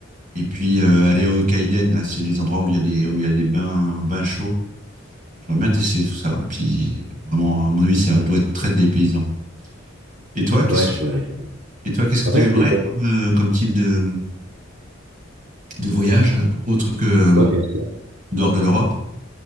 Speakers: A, on the right; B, on the right.
A: et puis euh, aller au Kaiden, là, c'est les endroits où il y a des, où il y a des bains, bains chauds. J'aimerais bien tester tout ça. Et puis, vraiment, à mon avis, ça doit être très dépaysant. Et toi, qu'est-ce
B: Ouais, je veux...
A: Et toi, qu'est-ce que
B: En
A: tu
B: fait,
A: aimerais
B: des-
A: comme, euh, comme type de, de voyage autre que euh,
B: ouais, bien sûr.
A: dehors de l'Europe?